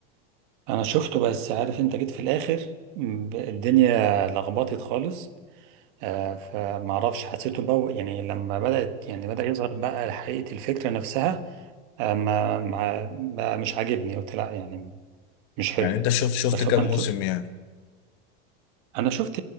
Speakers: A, on the right; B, on the left.
A: انا شفته بس عارف انت جيت في الاخر م- ب- الدنيا لخبطت خالص آه، فمعرفش حسيته بقى يعني لما بدأت يعني بدأ يظهر بقى حقيقة الفكرة نفسها آه، ما ما- بقى مش عاجبني قلت لا يعني مش حلو
B: يعني انت شفت شفت
A: بس
B: كام
A: هو كان
B: موسم يعني
A: انا شفت